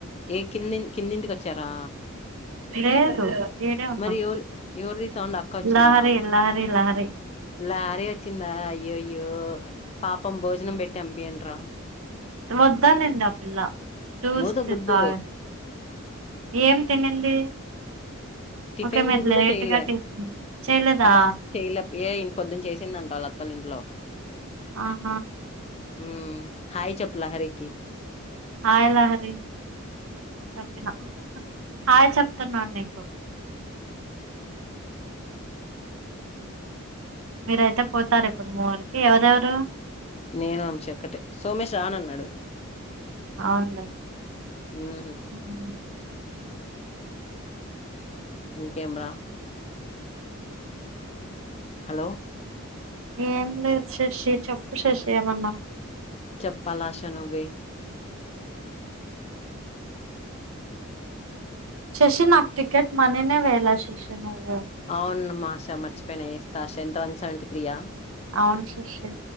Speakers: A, on the left (about 30°); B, on the right (about 70°).
A: ఏ కింది కిందింటికి వచ్చారా
B: లేదు ఏడే ఉన్నాం
A: మరి ఎవరు ఎవరిది సౌండ్ అక్క వచ్చిందా
B: లహరి లహరిలహరి
A: లారీ వచ్చిందా అయ్యయ్యో పాపం భోజనం పెట్టాం పంపియాండ్ర
B: వొద్దనింద ఆ పిల్ల చూస్త
A: మూత గుడ్డు
B: తా ఏం తినింది
A: టిఫిన్
B: ఓకే మీరు
A: కూడా
B: లేట్గా
A: చెయలే
B: టిఫిన్ చేయలేదా
A: ఆ పాప చేయలే ఏ ఇం పొద్దున్న చేసిందంట వాళ్ళ అత్తోలింట్లొ
B: ఆహా
A: హు హాయ్ చప్పలా హరికి
B: హాయ్ లాహరి చెప్పిన హాయ చెప్తున్నాను నీకు మీరైతె పోతార్ ఇప్పుడు మురికి ఎవరెవరు.
A: నేను శక్కటే సోమేష్ రానన్నాడు.
B: ఉమ్మ్
A: మ్మ్
B: ఉమ్
A: ఇంకేమ్ర. హలో
B: ఏం లేద్ శశి చెప్పు శశి ఏమన్నా.
A: చప్ప లాష నువ్వే
B: శశి నాక్ టికెట్ మనీనే వేలే శశి నువ్.
A: అవును మాషా మర్చిపెన యేస్త సెంట్రాన్స్. తేవంటి త్రీ యా
B: అవును శశి